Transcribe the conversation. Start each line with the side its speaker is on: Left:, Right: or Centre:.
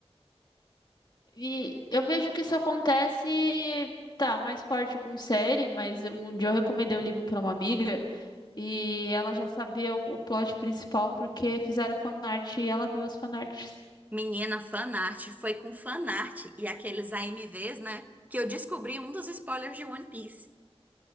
Left: E eu vejo que isso acontece, tá, mais forte com série, mas um dia eu recomendei o livro pra uma amiga e ela já sabia o o plot principal porque fizeram fanart e ela viu as fanarts.
Right: Menina, fanart, foi com fanart e aqueles AMVs, né? Que eu descobri um dos spoilers de One Piece.